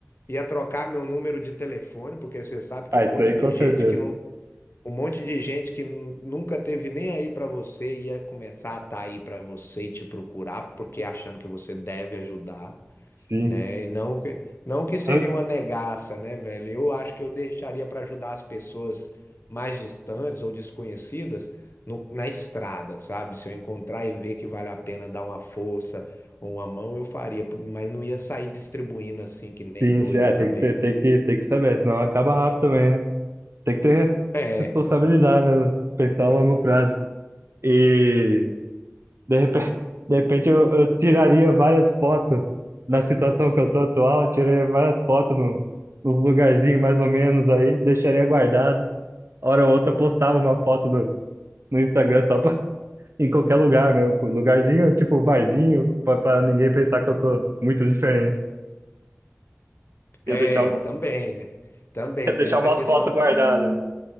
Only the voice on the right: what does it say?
Ah,
isso aí
com certeza.
Sim.
Ah,
Sim,
sim. É,
tem que ter,
tem que, tem que saber, senão acaba rápido também, né? Tem que ter
responsabilidade, né? Pensar a longo prazo. E de repente, de repente eu, eu tiraria várias fotos na situação que eu tô atual, eu tiraria várias fotos no, nos lugarzinho mais ou menos aí, deixaria guardado. Hora ou outra postava uma foto no, no Instagram só pra, <laughs> em qualquer lugar mesmo. Com Lugarzinho, tipo barzinho, pra, pra ninguém pensar que eu tô muito diferente. Eu
deixava
Quer deixar
umas
fotos guardadas.